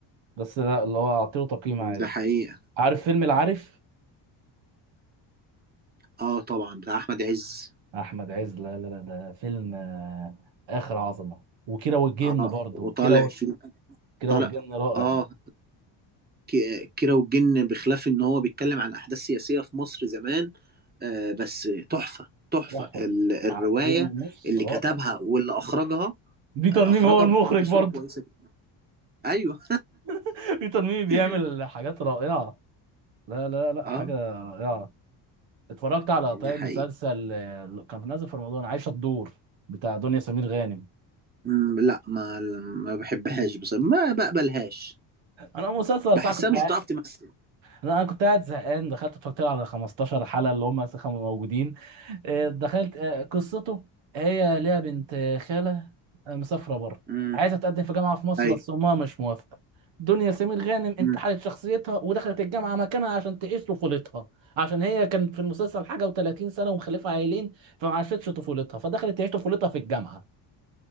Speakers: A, on the right; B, on the right.
A: بس لا اللي هو اعطيه تقييم عادي
B: ده حقيقة
A: عارف فيلم العارف
B: اه طبعا بتاع احمد عز
A: احمد عز لا لا لا ده فيلم آه، اخر عظمه وكيرة والجن
B: اه
A: برضو
B: وطالع
A: كيرة و-
B: فيه
A: كيرة
B: طالع
A: والجن رائع
B: اه ك- كيرة والجن بخلاف ان هو بيتكلم عن احداث سياسية في مصر زمان آه بس تحفة تحفة
A: تحفه
B: ال- الرواية
A: ساعتين ونص
B: اللي
A: رائع
B: كتبها واللي اخرجها
A: بيتر
B: اخرجها
A: ميمي هو المخرج
B: بصورة
A: برضو
B: كويسة جدا. ايوه
A: <laughs> بيتر ميمي بيعمل
B: <laughs>
A: حاجات رائعه لا لا لا
B: اه
A: حاجه رائعه اتفرجت على
B: ده
A: طيب
B: حقيقي
A: مسلسل آه، كان نازل في رمضان عايشه الدور بتاع دنيا سمير غانم
B: مم، لا ما ما بحبهاش بس ما بقبلهاش
A: انا مسلسل
B: بحسها
A: ساعه كنت
B: مش بتعرف تمثل
A: انا أنا كنت قاعد زهقان دخلت اتفرجت له على 15 حلقه اللي هم لسه كانوا موجودين آه، دخلت آه، قصته هي ليها بنت آه، خاله آه، مسافره بره
B: امم
A: عايزه تقدم في جامعه في مصر
B: ايوه
A: بس امها مش موافقه دنيا سمير غانم انتحلت
B: مم.
A: شخصيتها ودخلت الجامعه مكانها عشان تعيش طفولتها عشان هي كانت في المسلسل حاجه و30 سنه ومخلفه عيلين فما عاشتش طفولتها فدخلت تعيش طفولتها في الجامعه